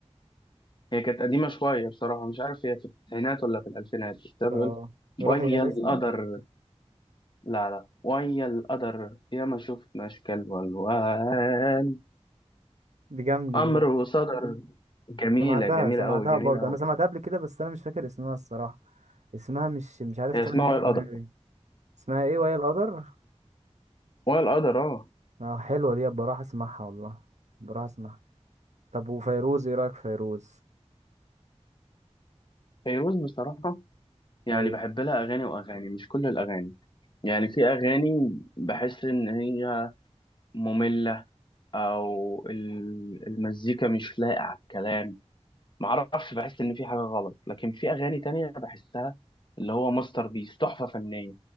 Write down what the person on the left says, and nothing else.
هي كانت قديمه شويه بصراحه مش عارف هي في التسعينات ولا في الالفينات بس هي بيقول
ويا
القدر لا لا ويا القدر يا ما شفناش كلب والوان
امر
صدر جميله
جميله
قوي جميله
قوي
هي
اسمها
ويا القدر
ويا القدر اه
فيروز بصراحه يعني
بحب لها اغاني واغاني مش كل الاغاني يعني في أغاني بحس إن هي مملة أو ال- المزيكا مش لايقة على الكلام معرفش بحس إن في حاجة غلط لكن في أغاني تانية بحسها اللي هو ماستر بيس تحفة فنية